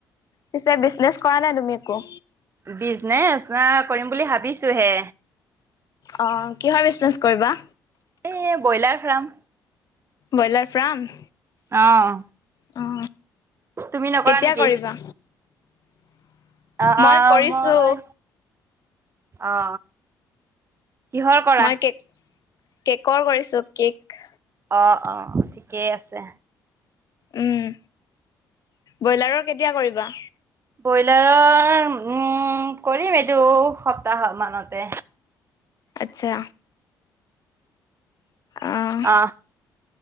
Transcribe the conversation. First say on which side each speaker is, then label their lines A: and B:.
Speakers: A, on the left; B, on the right.
A: পিছে, বিজনেছ কৰা নাই তুমি একো?
B: বিজনেছ, অ, কৰিম বুলি ভাবিছো হে।
A: অ, কিহৰ বিজনেছ কৰিবা?
B: এ ব্ৰইলাৰ ফাৰ্ম।
A: Broiler farm?
B: অহ।
A: অ
B: তুমি নকৰা
A: কেতিয়া
B: নেকি?
A: কৰিবা
B: অ,
A: মই কৰিছো
B: মই অ, কিহৰ কৰা?
A: মই কেক কেকৰ কৰিছো, কেক।
B: অ-অ, ঠিকেই আছে।
A: উম, ব্ৰইলাৰৰ কেতিয়া কৰিবা?
B: ব্ৰইলাৰৰ, উম, কৰিম এইটো সপ্তাহৰ মানতে।
A: আচ্ছা। অহ
B: অ',